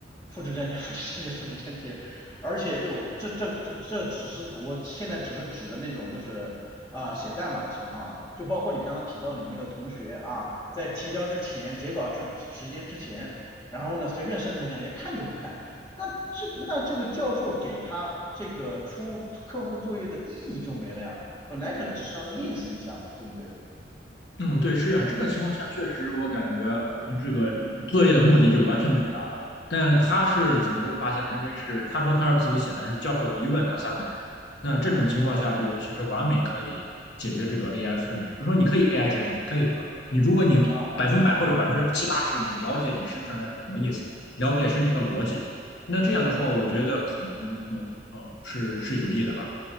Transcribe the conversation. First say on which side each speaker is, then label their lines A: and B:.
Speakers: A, on the left; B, on the left.
A: 复制粘贴、<laughs> 复制粘贴、复制粘贴，而且就这这这这只是我现在只是指的那种就是啊、写代码的情况啊，就包括你刚刚提到你那个同学啊，在提交之前、截稿之时间之前，然后呢随便生成一下，连看都不看，那这个那这个教授给他这个出客户作业的意义就没了呀。本来可能只是让他练习一下嘛，对不对？
B: 嗯，对，是啊，这个情况下确实，我感觉嗯这个作业的目的就完全没有达到。
A: 嗯嗯，
B: 但他是怎么被发现的？因为是他说他是自己写的，但是教授一问他三不知。那这种情况下，
A: 对
B: 就其实完美可以解决这个 AI 生成。比如说，你可以 AI 生成，你可以对吧？你如果你百分百或者百分之七八十，
A: 啊，嗯
B: 你了解你生成的是什么意思，了解生成的逻辑，那这样的话，
A: ，OK
B: 我觉得可能嗯嗯是是有益的吧。